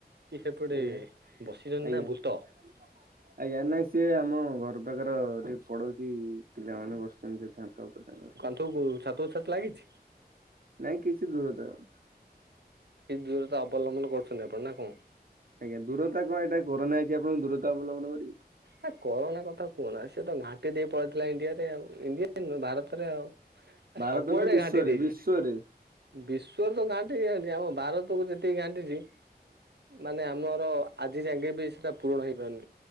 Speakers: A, on the right (about 80°); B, on the right (about 60°).
A: କି ସେପଟେ
B: ଆଜ୍ଞା
A: ବସିଛନ୍ତି
B: ଆଜ୍ଞା
A: ନା ଭୂତ
B: <inaudible> ଆଜ୍ଞା ନାଇଁ ସିଏ ଆମ ଘର ପାଖର ଡ଼ି ପଢଉଛି ପିଲାମାନେ ବସିଛନ୍ତି ସେ ଛାତ ଉପରେ
A: କୁ ଛାତ ଛାତ ଲାଗିଛି?
B: ନାଇଁ କିଛି ଦୂର ତାର।
A: କି ଦୂରତା ଅବଲମ୍ବନ କରୁଛନ୍ତି ଆପଣ ନା କଣ?
B: ଆଜ୍ଞା ଦୂରତା କଣ ଏଇଟା କରୋନା ହେଇଛି ଆପଣଙ୍କୁ ଦୂରତା ଅବଲମ୍ବନ କରିବି।
A: ହେ କରୋନା କଥା କୁହନା ସେ ତ ଘାଣ୍ଟି ଦେଇ ପଳେଇଥିଲା ଇଣ୍ଡିଆରେ ଆଉ ଇଣ୍ଡିଆ ନୁହଁ ଭାରତରେ ଆଉ।
B: ଭାରତ
A: ସବୁଆଡେ
B: ନୁହେଁ ବିଶ୍ଵରେ
A: ଘାଣ୍ଟି ଦେଇଛି।
B: ବିଶ୍ଵରେ
A: ବିଶ୍ଵରେ ତ ଘାଣ୍ଟିଛି ଘାଣ୍ଟିଛି ଆମ ଭାରତକୁୁ ଯେତିକି ଘାଣ୍ଟିଛି ମାନେ ଆମର ଆଜି ଯାକେ ବି ସେଟା ପୂରଣ ହେଇପାରୁନି